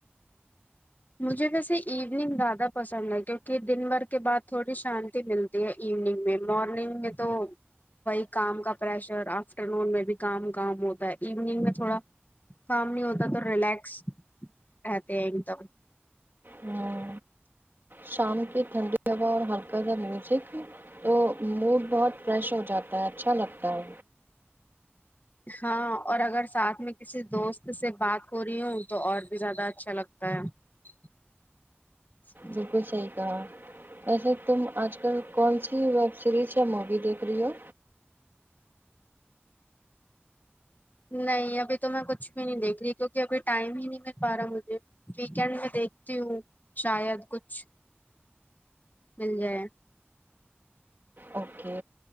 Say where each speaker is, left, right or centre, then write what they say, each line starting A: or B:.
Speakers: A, on the left; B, on the right.
A: مجھے ویسے ایوننگ زیادہ پسند ہے کیونکہ دن بھر کے بعد تھوڑی شانتی ملتی تی ہے ایوننگ میں مارننگ میں تو وہی کام کا پریشر آفٹر نون میں بھی کام کام ہوتا ہے ایوننگ میں تھوڑا کام نہیں ہوتا تو ریلیکس رہتے ہیں ایک دم
B: ہاں شام کی ٹھنڈی ہوا اور ہلکا سا میوزک تو موڈ بہت فریش ہو جاتا ہے اچھا لگتا ہے
A: ہاں اور اگر ساتھ میں کسی دوست سے بات ہو رہی ہوں تو اور بھی زیادہ اچھا لگتا ہے <inaudible>
B: بالکل صحیح کہا ویسے تم آج کل کون سی ویب سیریز مووی دیکھ رہی ہو
A: نہیں ابھی تو میں کچھ بھی نہیں دیکھ رہی کیونکہ ابھی ٹائم ہی نہیں مل پا رہا مجھے ویکینڈ میں دیکھتی ہوں شاید کچھ مل جائے
B: اوکے